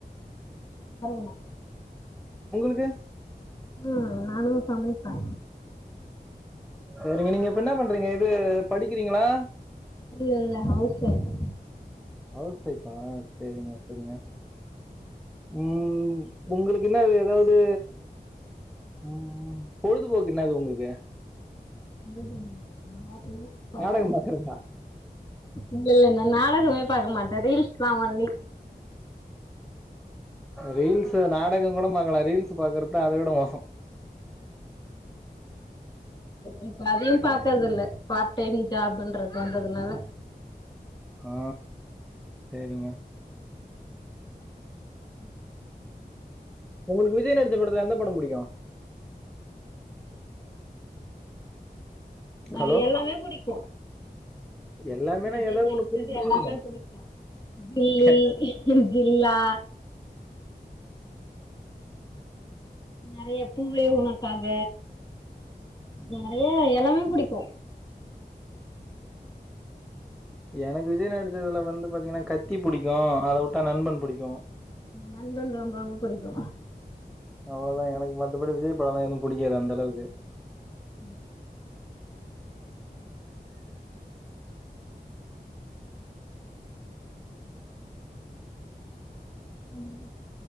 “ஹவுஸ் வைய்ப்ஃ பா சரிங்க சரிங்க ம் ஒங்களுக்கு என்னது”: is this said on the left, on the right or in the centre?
Centre